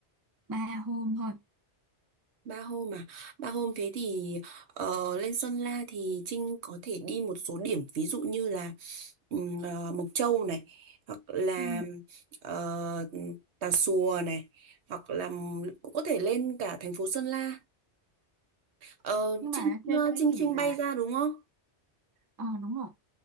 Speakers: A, on the right (about 25°); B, on the right (about 75°).
A: 3 hôm thôi.
B: Ba hôm à? Ba hôm thế thì ờ, lên Sơn La thì Trinh có thể đi một số điểm ví dụ như là ừm, ờ, Mộc Châu này hoặc là
A: Ừ.
B: ờ, Tà Xùa này hoặc là cũng có thể lên cả thành phố Sơn La ờ,
A: Nhưng
B: Trinh
A: mà ở trên
B: ờ,
A: đấy
B: Trinh
A: thì
B: Trinh
A: là,
B: bay ra đúng không?
A: ờ đúng rồi.